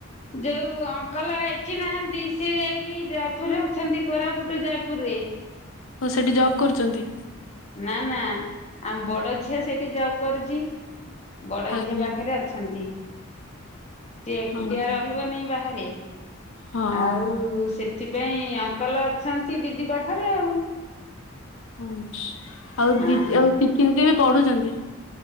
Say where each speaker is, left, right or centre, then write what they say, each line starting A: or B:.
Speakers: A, on the left; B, on the left.
A: ଯୋଉ ଅଙ୍କଲ ଏଠି ନାହାନ୍ତି, ସେ ଯାଇକି ଜୟପୁରରେ ଅଛନ୍ତି କୋରାପୁଟ ଜୟପୁରରେ।
B: ହଁ ସେଇଠି ଜବ୍ କରୁଛନ୍ତି।
A: ନା ନା ଆମ ବଡ ଝିଅ ସେଇଠି ଜବ୍ କରୁଛି ବଡ
B: ଆଜ୍ଞା
A: ଝିଅ ପାଖରେ ଅଛନ୍ତି ସେ ଏକୁଟିଆ
B: ହଁ
A: ରହିବନି ବାହାରେ।
B: ହଁ
A: ଆଉ ସେଥିପାଇଁ ଅଙ୍କଲ ଅଛନ୍ତି ଦିଦି ପାଖରେ ଆଉ।
B: ହଁ ଆଉ
A: ହଁ
B: ଦିଦି ଆଉ ପିଙ୍କି ଦିଦି ବି ପଢୁଛନ୍ତି।